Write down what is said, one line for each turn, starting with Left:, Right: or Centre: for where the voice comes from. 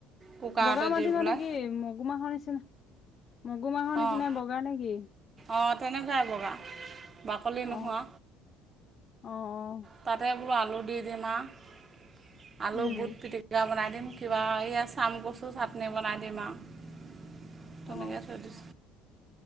Right: কুকাৰতে
Left: বগা মাটি
Right: দি পেলাই
Left: মানো কি মগুমাহহৰ নিচিনা মগু মাহৰ নিচিনা
Right: অঁ
Left: বগা নেকি
Right: অঁ তেনেকৈাই বগা বাকলি
Left: অ
Right: নোহোৱা
Left: অ অ
Right: তাতে বোলো আলু দি দিম আৰু আলু
Left: উম
Right: বুট পিটিকা বনাই দিম কিবা এয়া চাম কচু চাটনি বনাই দিম আৰু
Left: অ
Right: নেে আৰু